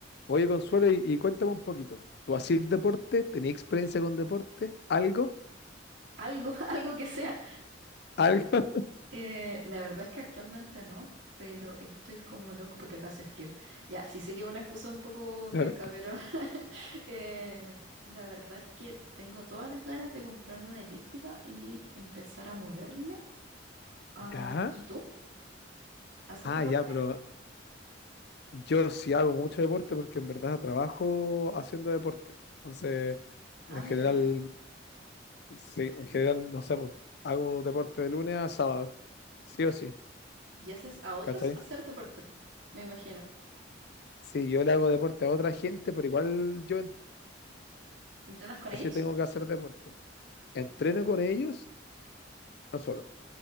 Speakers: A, on the left; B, on the right.
A: Oye, Consuelo, y, y cuéntame un poquito. ¿Tú hacías deporte? ¿Tenías experiencia con deporte? ¿Algo?
B: Algo, <laughs> algo que sea.
A: ¿Algo? <laughs>
B: Eh, la verdad es que actualmente no, pero estoy como loco porque acá hace frío. Ya, sí sé que es una excusa un poco
A: Claro.
B: penca, pero <laughs> eh, la verdad es que tengo todas las ganas de comprarme una elíptica y empezar a moverme. Ah,
A: Ya.
B: ¿y tú? ¿Haces
A: Ah,
B: deporte?
A: ya, pero yo sí hago mucho deporte porque en verdad trabajo haciendo deporte. Entonces,
B: Ah,
A: en
B: mira,
A: general,
B: ¿eh?
A: sí, en general, no sé, pues, hago deporte de lunes a sábado. Sí o sí,
B: ¿Y haces a otros
A: ¿cachai?
B: hacer deporte? Me imagino.
A: Sí, yo le hago deporte a otra gente, pero igual yo en-
B: ¿Entrenas con ellos?
A: sí tengo que hacer deporte. Entreno con ellos, no solo.